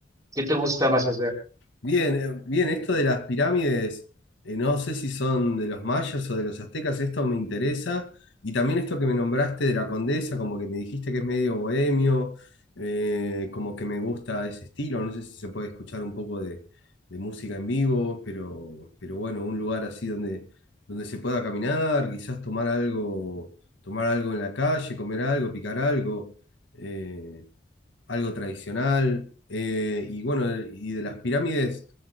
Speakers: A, on the right; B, on the left.
A: qué te gusta más hacer.
B: Bien, eh, bien, esto de las pirámides, eh, no sé si son de los mayas o de los aztecas, esto me interesa. Y también esto que me nombraste de la condesa, como que me dijiste que es medio bohemio, eh, como que me gusta ese estilo, no sé si se puede escuchar un poco de, de música en vivo, pero, pero bueno, un lugar así donde, donde se pueda caminar, quizás tomar algo, tomar algo en la calle, comer algo, picar algo. eh, algo tradicional. Eh, y bueno, y de las pirámides,